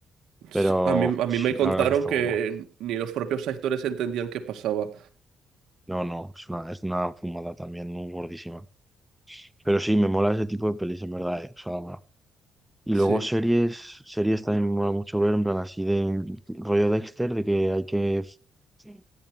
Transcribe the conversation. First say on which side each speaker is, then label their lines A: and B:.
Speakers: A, on the right (about 80°); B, in the centre.
A: Sí,
B: Pero
A: a mí, a
B: sí,
A: mí me contaron
B: la verdad que está
A: que
B: guapo.
A: ni los propios actores entendían qué pasaba.
B: No, no, es una, es una fumada también, muy gordísima. Pero sí, me mola ese tipo de pelis, en verdad, eh, O sea, va. Y
A: Sí.
B: luego series, series también me mola mucho ver, en plan así de rollo Dexter, de que hay que Sí.